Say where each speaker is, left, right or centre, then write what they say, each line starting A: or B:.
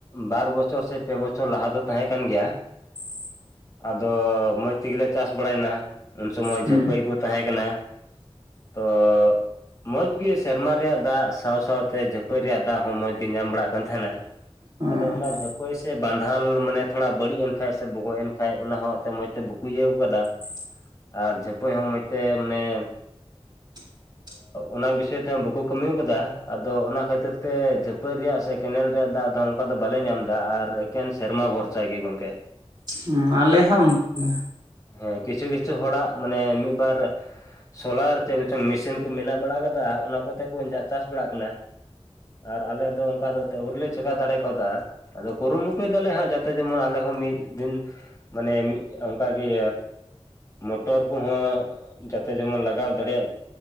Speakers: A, on the left; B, on the right.
A: ᱵᱟᱨ ᱵᱚᱪᱷᱚᱨ ᱥᱮ ᱯᱮ ᱵᱚᱪᱷᱚᱨ ᱞᱟᱦᱟ ᱫᱚ ᱛᱟᱦᱮᱸ ᱠᱟᱱ ᱜᱮᱭᱟ
B: <inaudible>
A: ᱟᱫᱚ ᱢᱚᱡᱽ ᱛᱮᱜᱮᱞᱮ ᱪᱟᱥ ᱵᱟᱲᱟᱭᱮᱱᱟ ᱩᱱ ᱥᱚᱢᱚᱭ
B: ᱦᱩᱸ
A: ᱡᱷᱟᱹᱯᱟᱹᱭ ᱠᱚ ᱛᱟᱦᱮᱸ ᱠᱟᱱᱟ ᱛᱚ ᱢᱚᱸᱡᱽ ᱜᱮ ᱥᱮᱨᱢᱟ ᱨᱮᱭᱟᱜ ᱫᱟᱜ ᱥᱟᱶ ᱥᱟᱶᱛᱮ ᱡᱷᱟᱹᱯᱟᱹᱭ ᱨᱮᱭᱟᱜ ᱫᱟᱜ ᱦᱚᱸ ᱢᱚᱸᱡᱽ ᱜᱮ ᱧᱟᱢ ᱵᱟᱲᱟᱜ ᱠᱟᱱ ᱛᱟᱦᱮᱱᱟ
B: ᱦᱩᱸ
A: ᱟᱫᱚ ᱚᱱᱟ ᱡᱚᱯᱟᱹᱭ ᱥᱮ ᱵᱟᱸᱫᱷᱟᱞ ᱢᱟᱱᱮ ᱛᱷᱚᱲᱟ ᱵᱟᱹᱲᱤᱡ ᱮᱱ ᱠᱷᱟᱱ ᱥᱮ ᱵᱚᱜᱚᱜ ᱮᱱ ᱠᱷᱟᱱ ᱚᱱᱟ ᱦᱚᱸ ᱛᱮ ᱢᱚᱸᱡᱽ ᱛᱮ ᱵᱟᱠᱚ ᱤᱭᱟᱹᱣ ᱟᱠᱟᱫᱟ
B: <inaudible>
A: ᱟᱨ ᱡᱷᱟᱹᱯᱟᱹᱭ ᱦᱚᱸ ᱢᱚᱡᱽ ᱛᱮ ᱢᱟᱱᱮ
B: <inaudible>
A: ᱚᱱᱟ ᱵᱤᱥᱚᱭ ᱛᱮᱦᱚᱸ ᱵᱟᱠᱚ ᱠᱟᱹᱢᱤ ᱟᱠᱟᱫᱟ᱾ ᱟᱫᱚ ᱚᱱᱟ ᱠᱷᱟᱹᱛᱤᱨ ᱛᱮ ᱡᱷᱟᱹᱯᱟᱹᱨ ᱨᱮᱭᱟᱜ ᱥᱮ ᱠᱮᱱᱮᱞ ᱨᱮᱭᱟᱜ ᱫᱟᱜ ᱟᱫᱚ ᱚᱱᱠᱟ ᱫᱚ ᱵᱟᱞᱮ ᱧᱟᱢ ᱮᱫᱟ ᱟᱨ ᱮᱠᱮᱱ ᱥᱮᱨᱢᱟ ᱵᱷᱚᱨᱥᱟ ᱜᱮ ᱜᱚᱢᱠᱮ
B: ᱦᱚ ᱟᱞᱮ ᱦᱚᱸ ᱚᱱᱠᱟ
A: ᱦᱮᱸ ᱠᱤᱪᱷᱩ ᱠᱤᱪᱷᱩ ᱦᱚᱲᱟᱜ ᱢᱟᱱᱮ ᱢᱤᱫ-ᱵᱟᱨ ᱥᱳᱞᱟᱨ ᱛᱮᱪᱚᱝ ᱢᱮᱥᱤᱱ ᱠᱚ ᱢᱮᱱᱟᱜ ᱵᱟᱲᱟ ᱠᱟᱫᱟ ᱚᱱᱟ ᱠᱚᱛᱮ ᱠᱚ ᱪᱟᱥ ᱵᱟᱲᱟᱜ ᱠᱟᱱᱟ᱾ ᱟᱨ ᱟᱞᱮ ᱫᱚ ᱚᱱᱠᱟ ᱫᱚ ᱟᱹᱣᱨᱤ ᱞᱮ ᱪᱮᱠᱟ ᱫᱟᱲᱮ ᱠᱟᱣᱫᱟ ᱟᱫᱚ ᱠᱩᱨᱩᱢᱩᱴᱩᱭ ᱫᱟᱞᱮ ᱦᱟᱸᱜ ᱡᱟᱛᱮ ᱡᱮᱢᱚᱱ ᱟᱞᱮ ᱢᱤᱫ ᱫᱤᱱ ᱢᱟᱱᱮ ᱚᱱᱠᱟᱜ ᱜᱮ ᱢᱚᱴᱚᱨ ᱠᱚᱦᱚᱸ ᱡᱟᱛᱮ ᱡᱮᱢᱚᱱ ᱞᱟᱜᱟᱣ ᱫᱟᱲᱮᱭᱟᱜ